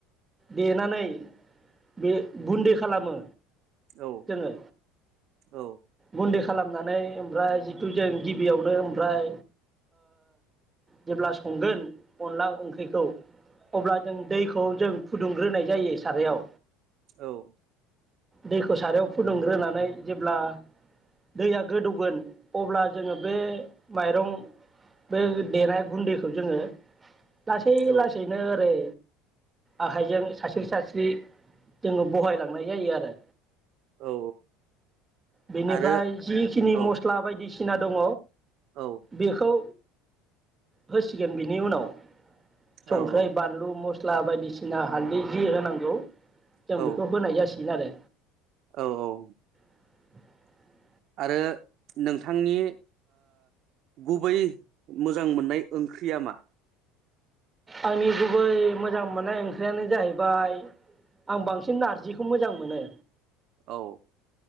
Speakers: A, on the right; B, on the right.
A: देनानै बे गुन्दै खालामो
B: औ
A: जोङो
B: औ
A: गुन्दै खालामनानै ओमफ्राय जिथु जों गिबियावनो ओमफ्राय जेब्ला संगोन अनदला ओंख्रिखौ अब्ला जों दैखौ जों फुदुंग्रोनाय जायो सारायाव
B: औ
A: दैखौ सारायाव फुदुंग्रोनानै जेब्ला दैया गोदौगोन अब्ला जोङो बे माइरं बे देनाय गुन्दैखौ जोङो लासै
B: औ
A: लासैनो ओरै आखाइजों सास्रि-सास्रि जोङो बहायलांनाय जायो आरो
B: औ
A: बेनिफ्राय
B: आरो
A: जिखिनि
B: औ
A: मस्ला बायदिसि ना दङ
B: औ
A: बेखौ होसिगोन बिनि उनाव
B: औ
A: संख्रै बानलु मस्ला ला बायदिसिना <unintelligible> हालदै जि होनांगौ जों
B: औ
A: बेखौ होनाय जासिगोन आरो
B: औ औ
A: <inaudible>
B: आरो नोंथांनि गुबै मोजां मोननाय ओंख्रिया मा
A: आंनि गुबै मोजां मोननाय ओंख्रियानो जाहैबाय आं बांसिन नारजिखौ मोजां मोनो
B: औ